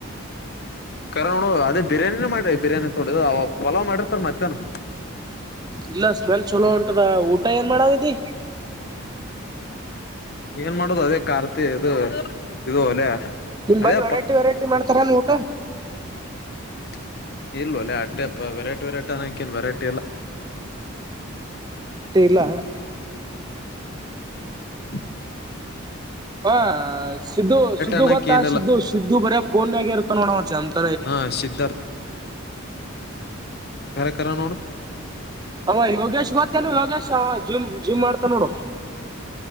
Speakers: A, on the left; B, on the right.
A: ಕರೆ ನೋಡು ಅದೆ ಬಿರಯಾನಿ ನ ಮಾಡ ಬಿರಯಾನಿ ತೊಡದು ಓಲಾ ಮಾಡಿರ್ತಾರ ಮತ್ತ್ಯಾವನು
B: ಇಲ್ಲ ಸ್ಮೆಲ್ ಚಲೋ ಉಂಟದ ಊಟ ಏನ್ ಮಾಡಾವಿದಿ
A: ಏನ್ ಮಾಡೋದು ಅದೇ ಕಾರ್ತಿ ಇದು ಇದು ಒಲೆ
B: ನಿಮ್
A: ಅದೇ
B: ಬಳಿ ವೆರೈಟಿ ವೆರೈಟಿ ಮಾಡ್ತಾರ ನೀ ಊಟ
A: <inaudible> ಇಲ್ಲ ಅಲ್ಲ ಅಟ್ಟೆ ವೆರೈಟಿ ವೆರೈಟಿ ಅಕೇನ್ ವೆರೈಟಿ ಎಲ್ಲ
B: ವೆರೈಟಿ ಇಲ್ಲ
A: ಹ್ಮ
B: ಹ ಸಿದ್ದು ಸಿದ್ದು
A: ಅನ್ನಕ್
B: ಗೊತ್ತಾ
A: ಏನಿಲ್ಲ
B: ಸಿದ್ದು ಸಿದ್ದು ಬರ ಪೋನ್ಗ ಇರುತ ನೋಡಚೆ ಅಂತ
A: ಹಾ ಸಿದ್ಧಾರ್ಥ ಕರ ಕರ ನೋಡು
B: ಅಮ್ಮ ಯೋಗೇಶ್ ಗೊತ್ತೇನು ಯೋಗೇಶ್ ಜಿಮ್ ಜಿಮ್ ಮಾಡ್ತಾ ನೋಡು